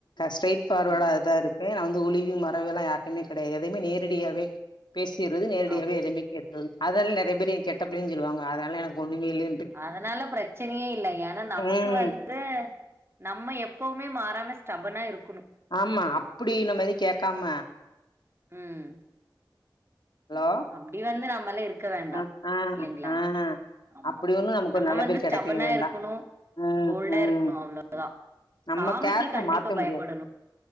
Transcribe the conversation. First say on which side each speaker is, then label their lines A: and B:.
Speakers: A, on the left; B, on the right.
A: ஸ்டைட் ஃபார்வடாதா
B: ஆ
A: இரு ப்பே நா வந்து ஒளிவு மறவு எல்லா யாருட்டயுமே கெடயாது எதுவுமே நேரடியாவே பேசிற்றது நேரடியாவே
B: ஆமா
A: எதுவ்மே கேட்ரது அதனால நெறைய பேர் என் கெட்ட பிள்ளேன்னு சொல்லுவாங்க அதானால எனக்கு ஒன்னுமேயில்ல
B: அதனால பிரச்சனையே இல்ல ஏன்னா நமக்கு
A: ம்
B: வந்து நம்ம எப்பவுமே மாறாம ஸ்டபனா இருக்கணு
A: ஆமா அப்படி நம்ம எத கேக்காம
B: உம்
A: ஹலோ
B: அப்டி வந்து நம்மாலால இருக்க வேண்டா
A: ஆ ஆ
B: இல்லேங்ளா
A: ஆ
B: ஆமா
A: அப்டி ஒண்ணு நமக்கு
B: நம்ம
A: ஒரு நல்ல
B: வந்து
A: பேர்
B: ஸ்டபனா
A: கெடைக்கவே வேண்டா
B: இருக்கணு
A: ம்
B: போல்டா
A: ம்
B: இருக்கணு அவ்ளோதா
A: நம்ம
B: சாமிக்கு
A: கேரக்டர
B: கண்டிப்பா
A: மாத்த
B: பயப்படணு
A: முடியாது